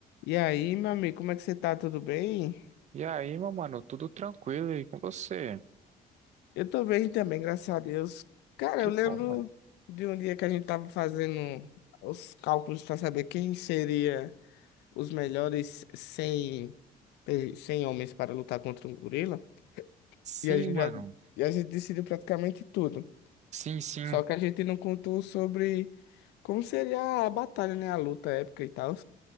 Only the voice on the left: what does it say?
E aí, meu amigo, como é que você tá? Tudo bem?
Eu tô bem também, graças a Deus. Cara,
eu lembro
de um dia que a gente tava fazendo os cálculos pra saber quem seria os melhores 100, pe- 100 homens para lutar contra um gorila.
E a gente
já, e a gente decidiu praticamente tudo.
Só que a gente não contou sobre como seria a batalha, né? A luta épica e tal.